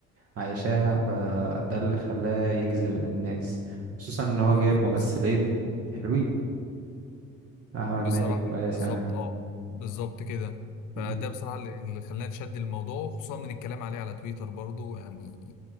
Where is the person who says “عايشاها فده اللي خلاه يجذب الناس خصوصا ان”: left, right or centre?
Right